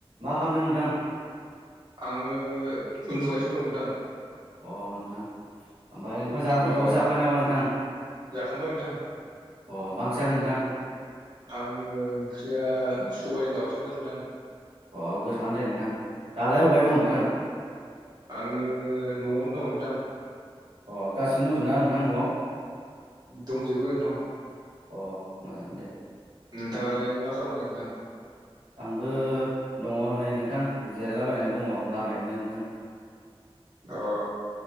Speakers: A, on the right; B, on the right.
A: मा खालामदों नोंथां?
B: आङो उन्दुगासिनो दं नोंथां।
A: अ नोंथां ओमफाय ओंखामफोर
B: अ
A: जांबाय नामा नोंथां
B: जाखांबाय नोंथां
A: अ बांसिननानो नोंथां।
B: आङो ओंख्रिया सबायजों दाउजों मोन नोंथां।
A: अ गोथावआनो दे नोंथां दालाय अबेहाय दं नोंथां।
B: अ आङो न'आवनो दं नोंथां।
A: अह गासिबो दंजोबोना नोंथां न'आव
B: दंजोबो नोंथां
A: अ मोजाङानो दे
B: नोंथाङालाय मा खालामदों नोंथां।
A: आंबो दङ नै नोंथां जिरायलाबायनानै दङ लामायावनो नोंथां।
B: अ